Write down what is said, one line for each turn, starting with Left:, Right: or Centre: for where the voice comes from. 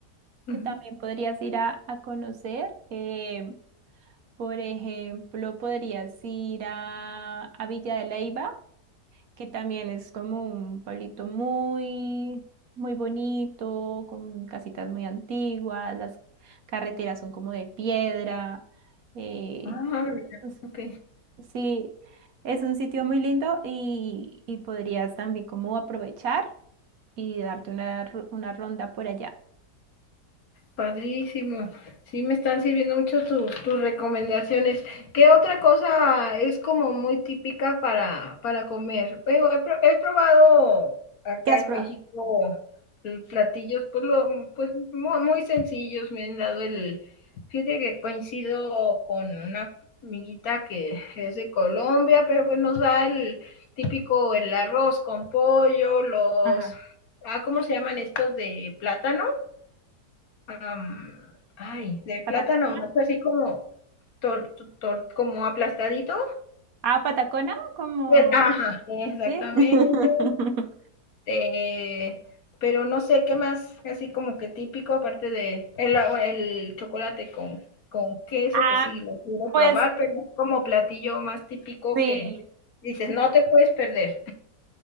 Left: Ujú.
Right: que también podrías ir a, a conocer. eh, por ejemplo, podrías ir a, a Villa de Leyva que también es como un pueblito muy, muy bonito, con casitas muy antiguas, las carreteras son como de piedra. eh,
Left: Ah, mira,
Right: pues,
Left: ok.
Right: sí, es un sitio muy lindo y, y podrías también como aprovechar y darte una, ro- una ronda por allá.
Left: Padrísimo. Sí, me están sirviendo mucho tus, tus recomendaciones. ¿Qué otra cosa es como muy típica para, para comer? Pero he, pro- he probado acá
Right: ¿Qué has
Left: en
Right: probado?
Left: México el platillos, pues, lo, pues mu- muy sencillos. Me han dado el... Fíjate que coincido con una amiguita que es de Colombia, pero pues nos da el típico, el arroz con pollo, los...
Right: Ajá.
Left: Ah, ¿cómo se llaman estos de plátano? am, ay, de plátano
Right: ¿Patacona?
Left: macho, así como, tor- tor- como aplastadito.
Right: Ah, Patacona, como...
Left: Pero- Ajá, exactamente.
Right: Sí. <laughs>
Left: eh, pero no sé qué más, así como que típico, aparte de el, el chocolate con, con queso,
Right: Ah,
Left: que sí lo quiero
Right: pues
Left: probar, pero es como platillo más típico
Right: sí.
Left: que dices, no te puedes perder.